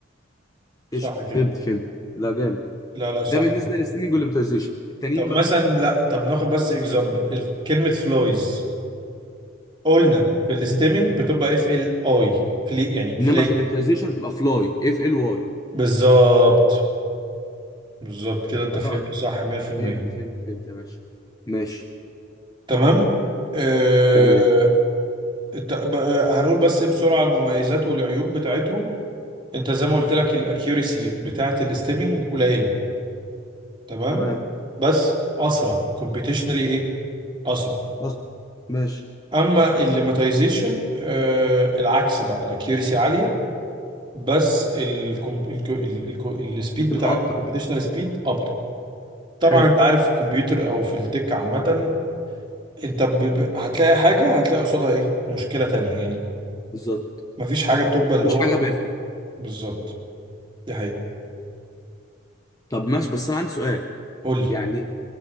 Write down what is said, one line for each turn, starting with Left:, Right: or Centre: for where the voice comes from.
Right: صح
Left: قشطه
Right: كده
Left: فهمت فهمت لا جامد
Right: لا لا صح
Left: ده بالنسبه
Right: كده
Left: للستريمنج والامتيازيشن التانيين
Right: طب
Left: بقى
Right: مثلا لا طب ناخد بس اكزامبل كلمه فلويز قلنا في الستيمنج
Left: مم.
Right: بتبقى اف ال اي فلي يعني فلي
Left: انما في الامتيازيشن تبقى فلاي اف ال واي
Right: بالظبط بالظبط كده انت
Left: قطعت
Right: فهمت صح 100%
Left: فهمت فهمت فهمت يا باشا ماشي
Right: تمام آه...
Left: تمام
Right: الت- بقى- هنقول بس بسرعة المميزات والعيوب بتاعتهم انت زي ما قلت لك الاكيوريسي بتاعة الاستيمنج قليلة تمام
Left: تمام
Right: بس اسرع كومبيتيشنالي ايه اسرع
Left: اصلا ماشي
Right: اما الليماتيزيشن آه... العكس بقى الاكيوريسي عالية بس السبيد
Left: بتبقى
Right: بتاعته
Left: ابطا
Right: الكومبيتيشنال سبيد ابطأ طبعا
Left: حلو
Right: انت عارف في الكمبيوتر او في التك عامة انت ب... ب- هتلاقي حاجة هتلاقي قصادها ايه مشكلة تانية يعني
Left: بالظبط
Right: مفيش حاجه بتبقى اللي
Left: مش
Right: هو
Left: حاجه
Right: حاجه
Left: بيرفكت
Right: بالظبط دي حقيقه
Left: طب ماشي بس انا عندي سؤال
Right: قول لي
Left: يعني